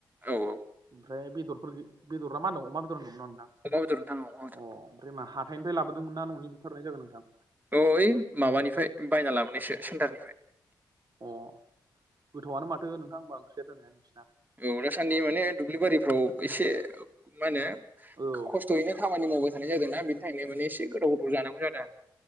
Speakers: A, on the right (about 20°); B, on the right (about 50°).
A: औ औ
B: ओमफ्राय बेदरफोर गै बेदरा मा होनदों अ मा बेदरं नंगौना नोंथां?
A: अमा बेदर नोंथां औ अमा बेदर
B: अ ओमफ्राय मा हाथाइनिफ्राय लाबोदोंमोन ना न'नि बुथारनाय जागोन नोंथां?
A: अ औ ओइ माबानिफ्राय बायना लाबोनायसो सेन्टारनिफ्राय।
B: अ गोथयानो माथो नोंथांं होनबा ओंख्रिया दोनैहाय नोंसिना?
A: औ दासान्दि माने दुब्लि बारिफ्राव एसे मा होनो
B: औ।
A: खस्थयैहाय खामानि मावबाय थानाय जादों ना बिनिखायनो माने एसे गोथाव गोथाव जानांगौ जादों।